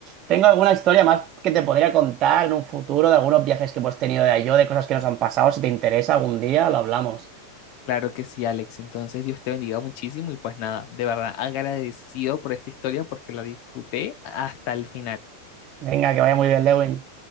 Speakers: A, on the right; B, on the left.
A: Tengo alguna historia más que te podría contar en un futuro de algunos viajes que hemos tenido de yo, de cosas que nos han pasado. Si te interesa algún día, lo hablamos.
B: Claro que sí, Alex. Entonces, Dios te bendiga muchísimo y pues nada, de verdad agradecido por esta historia porque la disfruté hasta el final.
A: Venga, que vaya muy bien, Lewin.